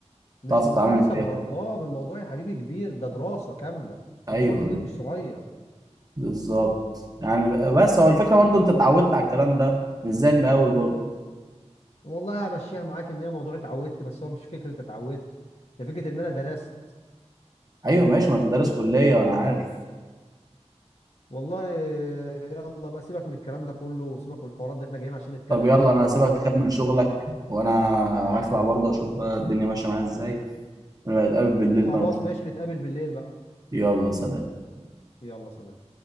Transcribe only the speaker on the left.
مش
موضوع
نسب
وارقام الموضوع يا حبيبي كبير ده دراسه كامله
موضوع كبير
مش صغير
والله همشيها معاك ان هي موضوع اتعودت بس هو مش فكره اتعودت ده فكره ان انا درست
والله يلا بقى سيبك من الكلام ده كله وسيبك من الحوارات دي احنا جايين عشان نتكلم
في الشغل
وقرف
خلاص
ماشي نتقابل بالليل بقى
يلا سلام